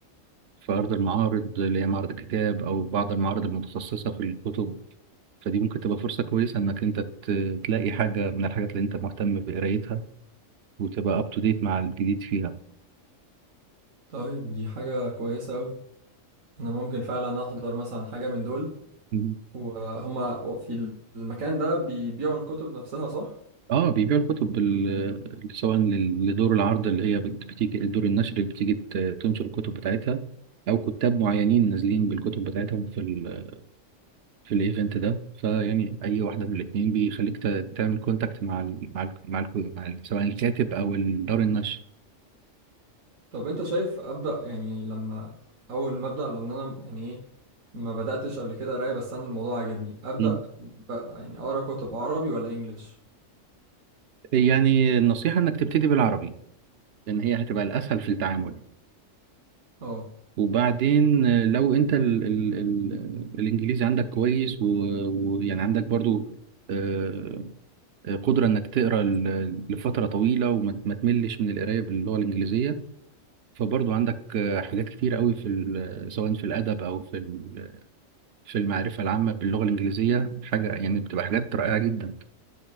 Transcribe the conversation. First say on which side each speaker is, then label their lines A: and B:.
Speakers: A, on the right (about 60°); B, on the right (about 80°).
A: في أرض المعارض اللي هي معرض الكتاب أو بعض المعارض المتخصصة في الكتب فدي ممكن تبقى فرصة كويسة إنك أنت ت- تلاقي حاجة من الحاجات اللي أنت مهتم بقرايتها وتبقى أب تو ديت مع الجديد فيها
B: طيب دي حاجة كويسة أوي أنا ممكن فعلا أحضر مثلا حاجة من دول
A: مم.
B: وهما في المكان ده بيبيعوا الكتب نفسها صح؟
A: آه بيبيعوا الكتب بال... سواء لل- لدور العرض اللي هي بت- بتيجي دور النشر اللي بتيجي ت- تنشر الكتب بتاعتها أو كتاب معينين نازلين بالكتب بتاعتهم في ال... في الإيفنت ده فيعني أي واحدة من الاتنين بيخليك ت- تعمل كونتاكت مع ال... مع ال... مع, ال... مع ال... سواء الكاتب أو ال- دار النشر
B: طب انت شايف ابدا يعني لما اول ما ابدا لان انا يعني ايه ما بداتش قبل كده قرايه بس انا الموضوع عجبني ابدا
A: مم.
B: بقى يعني اقرا كتب عربي ولا انجليش
A: يعني النصيحة إنك تبتدي بالعربي لأن هي هتبقى الأسهل في التعامل
B: اه
A: وبعدين آه، لو انت ال ال ال الانجليزي عندك كويس و- ويعني عندك برضو آه، آه، قدرة انك تقرا ل- لفترة طويلة وما ت- ما تملش من القراية باللغة الانجليزية فبرضو عندك آه، حاجات كتير قوي في ال- آه، سواء في الادب او في ال- آه، في المعرفة العامة باللغة الانجليزية حاجة يعني بتبقى حاجات رائعة جدا